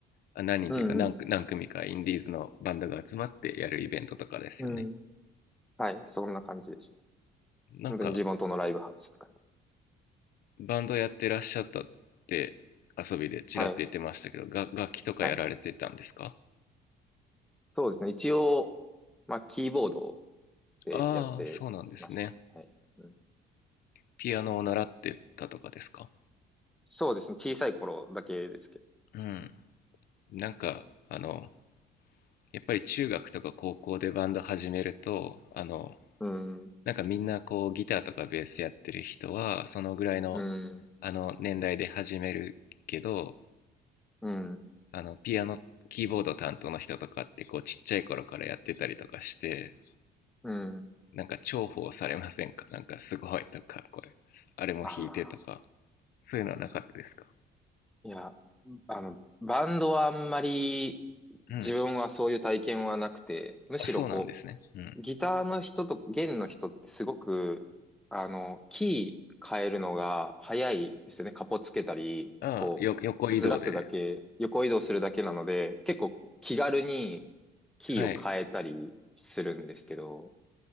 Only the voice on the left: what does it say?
あ、何人というか何組、
何組かインディーズのバンドが集まってやるイベントとかですよね。
なんか、
バンドやってらっしゃったって遊びでちらっと言ってましたけど、
が、楽器とかやられてたんですか
ああ、そうなんですね。
ピアノを習ってたとかですか
うん。なんか、あの、やっぱり中学とか高校でバンド始めると、あの、
なんかみんなこうギターとかベースやってる人はそのぐらいの
あの年代で始めるけど
あのピアノキーボード担当の人とかってこうちっちゃい頃からやってたりとかして
なんか重宝されませんかなんかすごいとかこれあれも弾いてとか
そういうのはなかったですか
うん
あそうなんですねうん
ああよ横移動で
はい